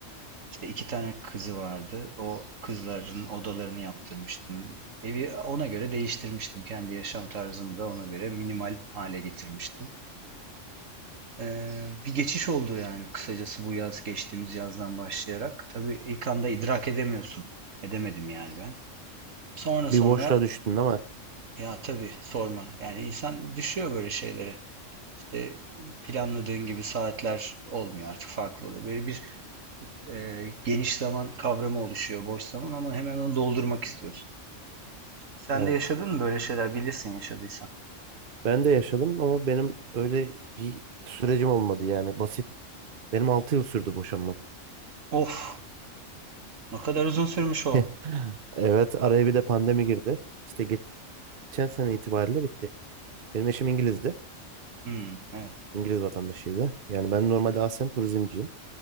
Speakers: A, on the right; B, on the right.
A: İşte iki tane kızı vardı. O kızların odalarını yaptırmıştım. Evi ona göre değiştirmiştim. Kendi yaşam tarzımı da ona göre minimal hale getirmiştim. Ee, bir geçiş oldu yani kısacası bu yaz geçtiğimiz yazdan başlayarak. Tabii ilk anda idrak edemiyorsun. Edemedim yani ben. Sonra
B: Bir
A: sonra
B: boşluğa düştün değil mi?
A: ya tabii sorma. Yani insan düşüyor böyle şeylere. İşte planladığın gibi saatler olmuyor artık farklı oluyor. Böyle bir e, geniş zaman kavramı oluşuyor boş zaman ama hemen onu doldurmak istiyorsun. İşte sen
B: Evet.
A: de yaşadın mı böyle şeyler bilirsin yaşadıysan.
B: Ben de yaşadım ama benim öyle bir sürecim olmadı yani. Basit. Benim 6 yıl sürdü boşanmam.
A: Of, ne kadar uzun sürmüş o.
B: <laughs> Evet. Araya bir de pandemi girdi. İşte geçen sene itibariyle bitti. Benim eşim İngiliz'di.
A: Hmm, evet.
B: İngiliz vatandaşıydı. Yani ben normalde aslen turizmciyim.